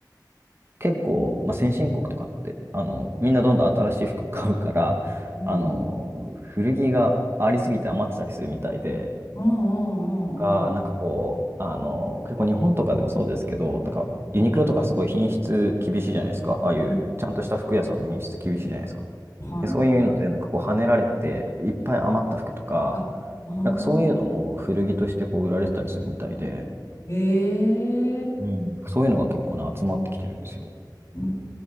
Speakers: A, on the right (about 35°); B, on the left (about 40°).
A: 結構、まあ、先進国とかって、あの、みんなどんどん新しい服 <laughs> 買うから、
B: うん
A: あの、古着がありすぎて余ってたりするみたいで、
B: うんうんうん
A: が、なんかこう、あの、結構日本とかでもそうですけど、なんかユニクロとかすごい品質厳しいじゃないですか。
B: うん。
A: ああいうちゃんとした服屋さんの品質厳しいじゃないですか。
B: うん。はい。
A: で、そういうので、なんかこう、跳ねられて、いっぱい余った服とか、
B: あ、ああ
A: なんかそういうのも古着としてこう、売られてたりするみたいで、
B: ええ
A: うん。そういうのが結構ね、集まってきてるんですよ。
B: うん。